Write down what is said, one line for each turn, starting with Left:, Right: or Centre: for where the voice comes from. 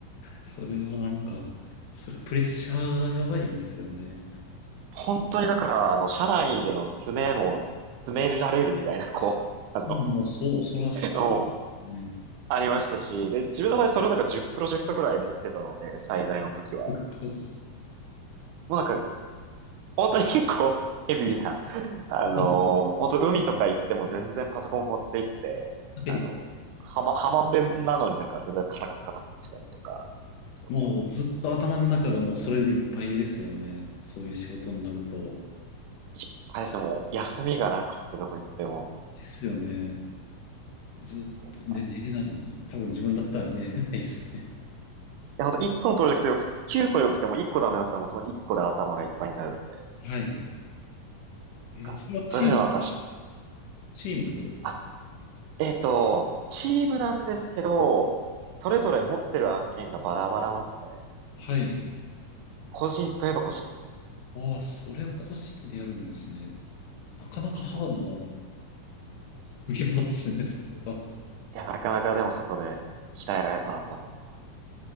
Left: それはなんか、それプレッシャーがやばいですよね。
Right: 本当にだから、あの、社内での詰めも、詰められるみたいな、こう、<laughs> あの、
Left: まあもうそう、そらそうですね。
Right: のありましたし、で、自分の場合それをなんか10プロジェクトぐらい持ってたので、最大の時は。
Left: すごい。
Right: もうなんか、本当に結構 <laughs> ヘビーな、あのー、
Left: <laughs>
Right: 本当海とか行っても全然パソコン持って行って、
Left: はい。
Right: あの、浜、浜辺なのになんか全然カタカタカタカタしたりとかしてましたね。
Left: もうずっと頭の中がもうそれでいっぱいですよね。そういう仕事になると。
Right: いっぱいですね、もう休みがなくってどこ行っても、
Left: ですよね。ずっと、
Right: なんか
Left: で、寝れないよな。多分自分だったら寝れ <laughs> ないですね。
Right: や、ほんと1個のプロジェクトよく、9個よくても1個ダメだったらもうその1個で頭がいっぱいになるんで、
Left: <laughs> はい。えーそれはチーム、
Right: なんかそういうのは確かに。
Left: チームで。
Right: あ、えっと、チームなんですけど、それぞれ持ってる案件がバラバラなので、
Left: はい。
Right: 個人といえば個人です。
Left: ああ、それは個人でやるんですね。なかなかハードな
Right: 結構。
Left: <laughs> 副業ですね、それは。
Right: いや、なかなかでもそこで鍛えられたなと思います。